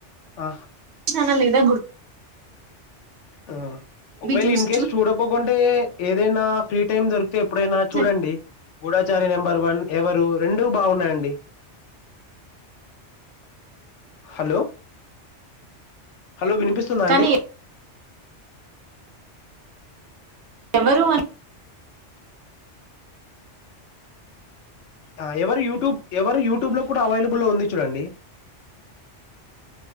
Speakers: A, on the left; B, on the right.
A: అ
B: నా లేదా గుర్
A: అ ఒకవేళ
B: చూసి
A: ఇన్ కేస్ చూడపోకుం టే ఏదైనా ఫ్రీ టైమ్ దొరికితే ఎప్పుడైనా
B: చూసినట్టు
A: చూడండి గూఢాచారి నెంబర్ వన్ ఎవరు రెండు బాగున్నాయండి
B: అ
A: హలో హలో వినిపిస్తుందా
B: కానీ
A: అండి
B: ఎవరు అని
A: అ ఎవరు యూట్యూబ్ ఎవరు యూట్యూబ్ లో కూడా అవైలబుల్ ఉంది చూడండి